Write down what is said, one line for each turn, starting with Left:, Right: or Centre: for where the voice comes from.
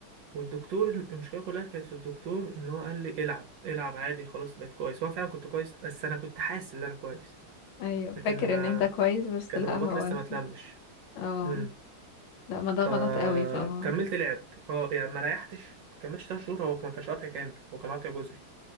Right: والدكتور المشكله كلها كانت في الدكتور ان هو قال لي العب العب عادي خلاص بقيت كويس هو فعلا كنت كويس بس انا كنت حاسس ان انا كويس
Left: أيوه فاكر
Right: لكن ما
Left: إن أنت كويس بس
Right: كان
Left: لأ
Right: الرباط
Left: هو
Right: لسه
Left: أنت
Right: ما اتلمش
Left: اه
Right: امم
Left: لأ ما ده
Right: فكملت
Left: غلط قوي طبعا
Right: لعب اه يعني ما ريحتش ما كملتش 3 شهور هو ما كانش قاطع كامل هو كان قاطع جزئي